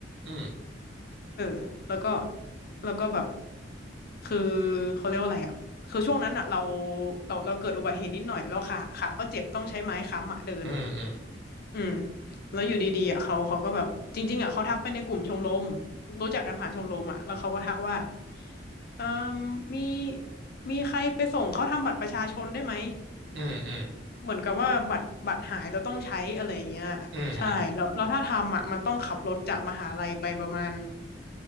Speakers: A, on the right; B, on the left.
A: อืม
B: เออแล้วก็แล้วก็แบบคือเขาเรียกว่าอะไรอ่ะคือช่วงนั้นอ่ะเราเราเราเกิดอุบัติเหตุนิดหน่อยแล้วขาขาก็เจ็บต้องใช้ไม้ค้ำอ่ะเดิน
A: อืมอืม
B: อืมแล้วอยู่ดีๆอ่ะเขาเขาก็แบบจริงๆอ่ะเขาทักไปในกลุ่มชมรมรู้จักกันผ่านชมรมอ่ะแล้วเขาก็ทักว่าเอ่มมีมีใครไปส่งเขาทำบัตรประชาชนได้ไหม
A: อืมอืม
B: เหมือนกับว่าบัตรบัตรหายเราต้องใช้อะไรอย่างเงี้ยใช่แล้วแล้วถ้าทำอ่ะมันต้องขับรถจากมหาลัยไปประมาณ
A: อืมอืม